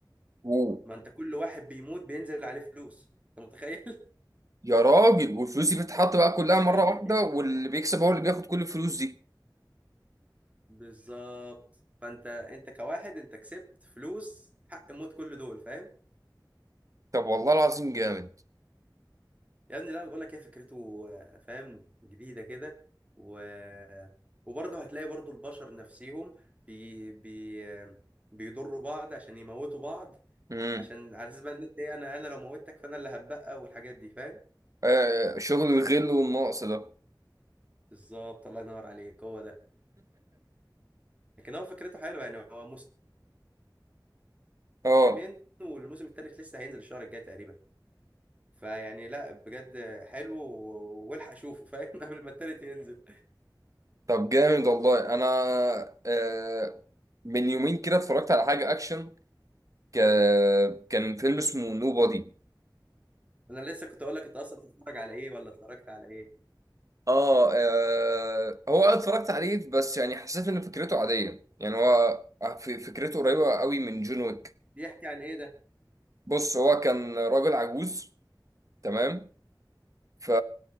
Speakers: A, on the right; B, on the right.
A: ايه
B: ما أنت كل واحد بيموت بينزل عليه فلوس أنت متخيل؟
A: يا راجل والفلوس دي بتتحط بقى كلها مرة
B: <laughs>
A: واحدة واللي بيكسب هو اللي بياخد كل الفلوس دي
B: بالظبط فانت انت كواحد انت كسبت فلوس حق موت كل دول فاهم
A: طب والله العظيم جامد
B: يا ابني لا بقول لك ايه فكرته آه، فاهم جديده كده و وبرضه هتلاقي برضه البشر نفسهم بي... بي... آه، بيضروا بعض عشان يموتوا بعض
A: امم
B: عشان على اساس بقى ان انت ايه انا انا لو موتك فانا اللي هتبقى والحاجات دي فاهم
A: آه شغل الغل والنقص ده
B: بالظبط الله ينور عليك هو ده لكن هو فكرته حلوه يعني هو
A: اه
B: موسمين والموسم الثالث لسه هينزل الشهر الجاي تقريبا فيعني لا بجد حلو و- والحق اشوفه فاهم <laughs> قبل ما التالت ينزل
A: طب جامد والله انا آه من يومين كده اتفرجت على حاجة اكشن ك... كان فيلم اسمه نو بادي
B: انا لسه كنت اقول لك انت اصلا بتتفرج على ايه ولا اتفرجت على ايه
A: آه, اه هو أنا اتفرجت عليه بس يعني حسيت ان فكرته عادية يعني هو ف- فكرته قريبة قوي من جون ويك
B: بيحكي عن ايه ده
A: بص هو كان راجل عجوز تمام ف